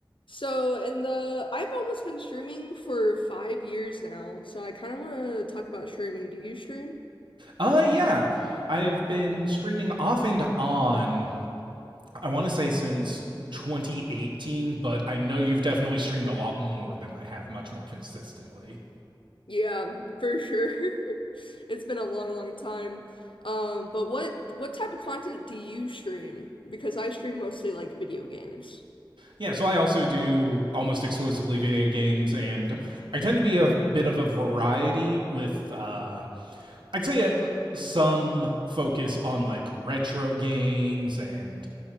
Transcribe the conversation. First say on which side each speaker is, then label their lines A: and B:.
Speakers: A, on the left; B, on the right.
A: So, in the I've almost been streaming for five years now, so I kind of want to talk about streaming. Do you stream?
B: Uh yeah. I've been streaming off and on, I want to say since 2018, but I know you've definitely streamed a lot more than I have, much more consistently.
A: Yeah, for sure. <laughs> It's been a long, long time. Um, but what what type of content do you stream? Because I stream mostly like video games.
B: Yeah, so I also do almost exclusively video games, and I tend to be a bit of a variety with, uh, I'd say, a, some focus on like retro games and